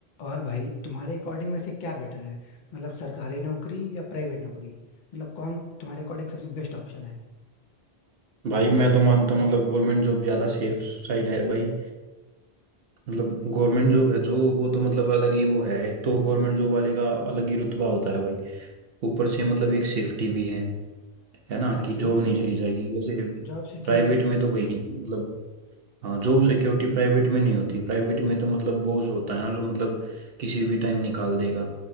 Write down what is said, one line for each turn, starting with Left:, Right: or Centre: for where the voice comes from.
Left: और भाई तुम्हारे अकॉर्डिंग में से क्या बेटर है मतलब सरकारी नौकरी या प्राइवेट नौकरी मतलब कौन तुम्हारे अकॉर्डिंग सबसे बेस्ट ऑप्शन है
Right: भाई मैं तो मानता हूँ मतलब गवर्नमेंट जॉब ज़्यादा सेफ साइड है भाई मतलब गवर्नमेंट जॉब है जो वो तो मतलब अलग ही वो है एक तो गवर्नमेंट जॉब वाले का अलग ही रुतबा होता है भाई ऊपर से मतलब एक सेफ्टी भी है है ना
Left: हाँ यही
Right: कि जॉब नहीं
Left: चीज
Right: चली
Left: है
Right: जाएगी वैसे
Left: जॉब सिक्योरिटी
Right: प्राइवेट
Left: होती
Right: में तो
Left: है
Right: भाई
Left: हाँ
Right: मतलब हाँ जॉब सिक्योरिटी प्राइवेट में नहीं होती प्राइवेट में तो मतलब बॉस होता है ना जो मतलब किसी भी टाइम निकाल देगा